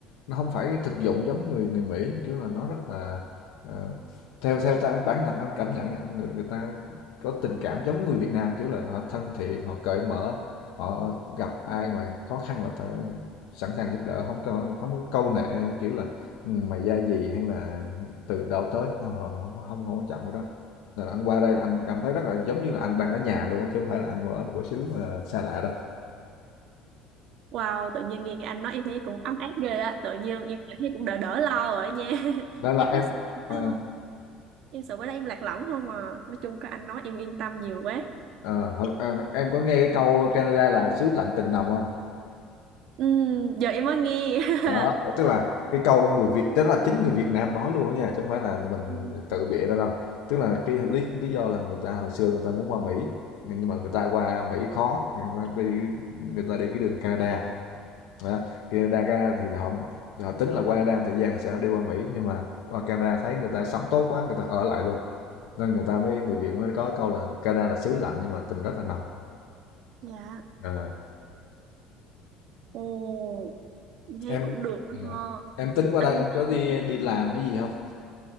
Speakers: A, on the left; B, on the right.
A: nó không phải thực dụng giống người người Mỹ kiểu là nó rất là ờ, theo theo ta bản thân anh cảm nhận nha người, người ta có tình cảm giống người Việt Nam kiểu là họ thân thiện họ cởi mở họ gặp ai mà khó khăn là ta sẵn sàng giúp đỡ không có không có câu nệ kiểu là "Ừ, mày ra gì hay là từ đâu tới không họ- không không, quan trọng cái đó nên anh qua đây là anh cảm thấy rất là giống như là anh đang ở nhà luôn á, chứ không phải là anh ở một cái xứ mà xa lạ đâu
B: wow tự nhiên nghe anh nói em thấy cũng ấm áp ghê á tự nhiên em cảm thấy cũng đỡ đỡ lo rồi á nha <laughs>
A: đó là
B: em
A: em
B: cứ sợ,
A: à,
B: à, em sợ bữa nay em lạc lõng không à nói chung có anh nói em yên tâm nhiều quá
A: Ờ, hổng à, em có nghe cái câu Canada là xứ lạnh tình nồng không?
B: Ừm, giờ em mới nghe
A: Đó,
B: <laughs>
A: tức là cái câu người Việt tức là chính người Việt Nam nói luôn á nha, chứ không phải là mình
B: Ừm,
A: tự bịa ra đâu. Tức là cái lý lý do là người ta hồi xưa người ta muốn qua Mỹ, nhưng mà người ta qua Mỹ khó, người ta đi người ta đi cái đường Canada. Đó, Canada ra thì họ họ tính là qua Canada một thời gian sẽ đi qua Mỹ, nhưng mà qua Canada thấy người ta sống tốt quá, người ta ở lại luôn. Nên người ta mới người Việt mới có câu là Canada là xứ lạnh nhưng mà tình rất là nồng.
B: dạ
A: Ờ.
B: ồ em thấy
A: em
B: cũng được đó
A: Ừ.
B: ha
A: em tính qua
B: anh
A: đây em có đi đi làm hay gì không